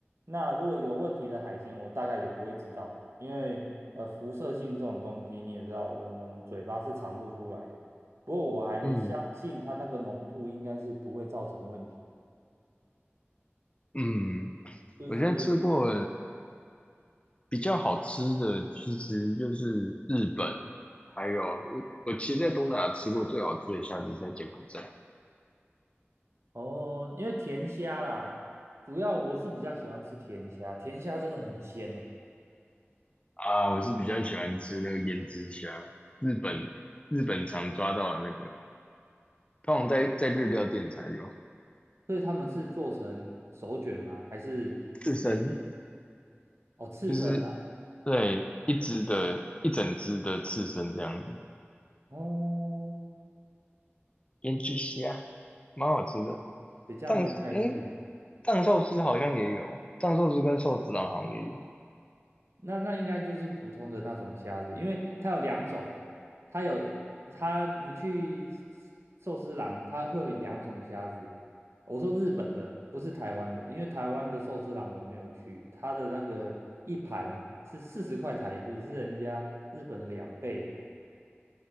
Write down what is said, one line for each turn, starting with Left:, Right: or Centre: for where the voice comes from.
Right: 那如果有问题的海鲜，我大概也不会知道，因为呃，辐射性这种东西你也知道，我们嘴巴是尝不出来的。不过我还相信它那个浓度应该是不会造成问题。
Left: 嗯嗯，
Right: 就是
Left: 我现在吃过比较好吃的，其实就是日本，还有我我其实，在东南亚吃过最好吃的虾子是在柬埔寨
Right: 哦，因为甜虾啦，主要我是比较喜欢吃甜虾，甜虾真的很鲜呢。
Left: 啊，我是比较喜欢吃那个胭脂虾，日本日本常抓到的那个，通常在在日料店才有
Right: 所以他们是做成手卷吗？还是也是
Left: 刺身，
Right: 哦刺身的啊
Left: 就是对，一只的，一整只的刺身这样子，
Right: 哦，
Left: 腌制虾，蛮好吃的。
Right: 嗯，比较没有概念
Left: 藏，诶，藏寿司好像也有，藏寿司跟寿司郎好像也有。
Right: 那那应该就是普通的那种虾子，因为它有两种，它有它你去寿司郎，它会有两种虾子。我说日本的，不是台湾的，因为台湾的寿司郎我没有去，它的那个一盘是四十块台币，是人家日本的两倍耶